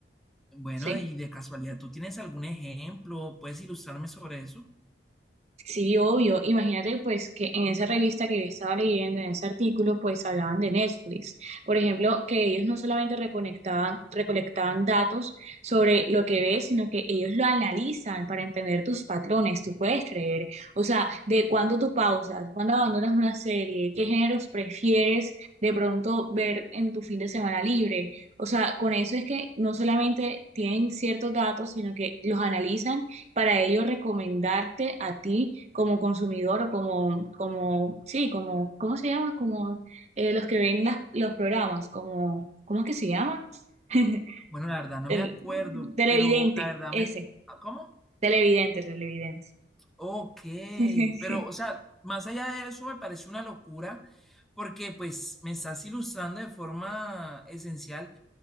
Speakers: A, in the centre; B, on the right (about 40°).
A: Bueno,
B: Sí.
A: y de casualidad, ¿tú tienes algún ejemplo? ¿Puedes ilustrarme sobre eso?
B: Sí, obvio. Imagínate pues que en esa revista que yo estaba leyendo, en ese artículo, pues hablaban de Netflix. Por ejemplo, que ellos no solamente reconectaban, recolectaban datos sobre lo que ves, sino que ellos lo analizan para entender tus patrones, tú puedes creer. O sea, de cuándo tú pausas, cuándo abandonas una serie, qué géneros prefieres de pronto ver en tu fin de semana libre. O sea, con eso es que no solamente tienen ciertos datos, sino que los analizan para ello recomendarte a ti como consumidor o como, como, sí, como, ¿cómo se llama? Como eh, los que ven las, los programas, como, ¿cómo es que se llama? <laughs>
A: Bueno, la verdad no
B: El
A: me acuerdo,
B: televidente,
A: pero la verdad
B: ese,
A: me... ¿Ah, ¿Cómo?
B: televidente, televidente.
A: Ok,
B: <laughs>
A: pero o sea, más allá de eso me parece una locura porque pues me estás ilustrando de forma esencial